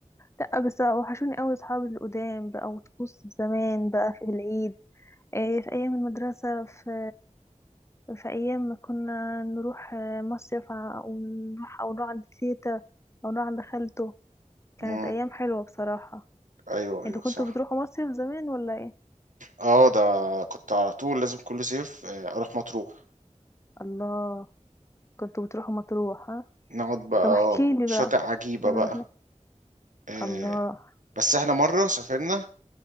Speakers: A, on the left; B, on the right.
A: لأ بس وحشوني أوي صحابي القدام بقى وطقوس زمان بقى في العيد إيه، في أيام المدرسة في في أيام ما كنا نروح آه، مصيف ع- ونروح أو نروح عند تيتا أو نروح عند خالته كانت
B: مم.
A: أيام حلوة بصراحة
B: أيوه أيوه
A: انتوا كنتوا
B: صح
A: بتروحوا مصيف زمان ولا ايه؟
B: اه ده كنت على طول لازم كل صيف آه، أروح مطروح
A: الله كنتوا بتروحوا مطروح ها
B: نقعد بقى
A: طب
B: اه
A: احكي لي
B: شاطئ
A: بقى
B: عجيبة
A: بتعملوا
B: بقى
A: هناك
B: آه،
A: الله
B: بس احنا مرة سافرنا